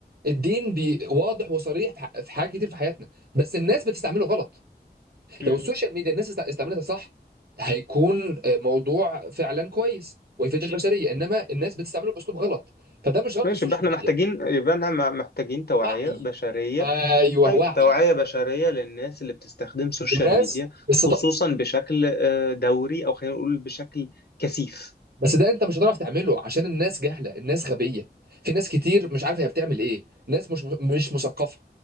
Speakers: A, on the right; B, on the left.
A: الدين بي واضح وصريح في ح- في حاجات كتير في حياتنا بس الناس بتستعمله غلط
B: مم.
A: لو السوشيال ميديا الناس است- استعملتها صح هيكون آه، موضوع فعلا كويس ويفيد البشريه انما الناس بتستعمله باسلوب غلط فده مش غلط
B: ماشي
A: السوشيال
B: يبقى احنا
A: ميديا
B: محتاجين يبقى احنا محتاجين توعية
A: وعي
B: بشرية
A: ايوه
B: أيوة
A: وعي
B: توعية بشرية للناس اللي بتستخدم السوشيال
A: الناس
B: ميديا
A: بس
B: خصوصا بشكل آه، دوري أو خلينا نقول بشكل كثيف
A: بس ده انت مش هتعرف تعمله عشان الناس جهله الناس غبيه في ناس كتير مش عارفه هي بتعمل ايه ناس مش مش مثقفه